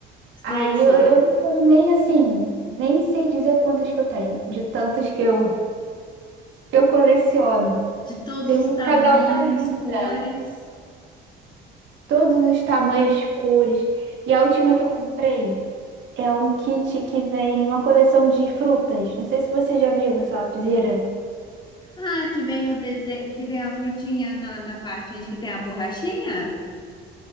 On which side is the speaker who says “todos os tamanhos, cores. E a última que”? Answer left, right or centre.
Right